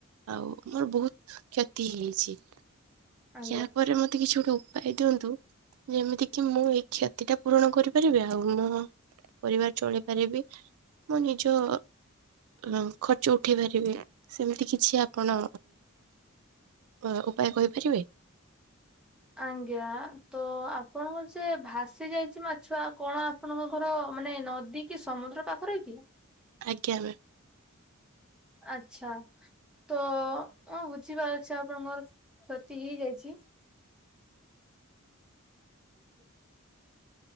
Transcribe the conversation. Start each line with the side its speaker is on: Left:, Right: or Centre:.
Right: ଆଉ ମୋର ବହୁତ କ୍ଷତି ହେଇଛି।
Centre: ଆଜ୍ଞା।
Right: ୟା ପରେ ମତେ କିଛି ଗୋଟେ ଉ ଉପାୟ ଦିଅନ୍ତୁ ଯେମିତି କିି ମୁଁ ଏଇ କ୍ଷତି ଟା ପୂରଣ କରିପାରିବି ଆଉ ମୁଁ ପରିବାର ଚଳିପାରିବି ମଁ ନିଜ ଅ ଖର୍ଚ୍ଚ ଉଠେଇ ପାରିବେ ସେମିତି କିଛି ଆପଣ ଉଁ ଉପାୟ କହିପାରିବେ?
Centre: ଆଜ୍ଞା ତ ଆପଣଙ୍କର ସେ ଭାସି ଯାଇଛି ମାଛ ଆଉ କଣ ଆପଣଙ୍କ ଘର ମାନେ ନଦୀ କି ସମୁଦ୍ର ପାଖରେ କି?
Right: ଆଜ୍ଞା ମ୍ୟାମ।
Centre: ଆଚ୍ଛା। ତ ମୁଁ ବୁଝିପାରୁଛି ଆପଣଙ୍କର କ୍ଷତି ହେଇଯାଇଛି। <inaudible>